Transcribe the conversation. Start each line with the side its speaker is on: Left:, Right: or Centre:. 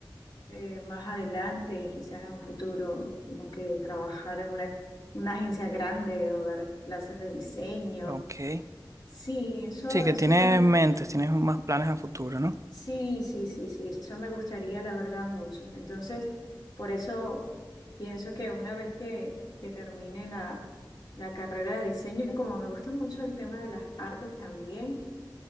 Left: eh, más adelante, quizás en un futuro, como que trabajar en una, una agencia grande o dar clases de diseño.
Right: Ok.
Left: Sí, eso,
Right: Sí, que
Left: eso
Right: tienes
Left: me,
Right: mentes, tienes más planes a futuro, ¿no?
Left: sí, sí, sí, sí, eso me gustaría, la verdad, mucho. Entonces, por eso pienso que una vez que, que termine la, la carrera de diseño, como me gusta mucho el tema de las artes también,